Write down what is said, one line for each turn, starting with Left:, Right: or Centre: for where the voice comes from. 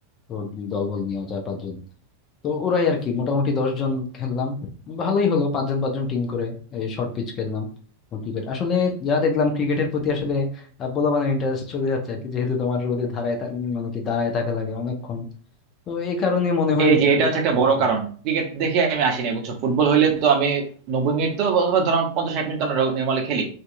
Left: তো দলবল নিয়ে চার পাঁচজন তো ওরাই আর কি মোটামুটি দশ জন খেললাম ভালোই হলো পাঁচজন পাঁচজন টিম করে এই শর্ট পিচ খেললাম ক্রিকেট আসলে যা দেখলাম ক্রিকেটের প্রতি আসলে আহ, পোলাপানের ইন্টারেস্ট চলে যাচ্ছে আর কি যেহেতু তোমার রোদে ধারায় থা- মানে কি দাঁড়ায় থাকা লাগে অনেকক্ষণ তো এই কারণে মনে হয়
Right: এই যে এটা
Left: যে
Right: হচ্ছে একটা
Left: খেলতে
Right: বড়
Left: পারছি
Right: কারণ ক্রিকেট দেখে আমি আসিনি বুঝছো ফুটবল হইলে তো আমি নব্বই মিনিট তো অথবা ধরো পঞ্চাশ ষাট মিনিট তো আমরা নর্মালি খেলি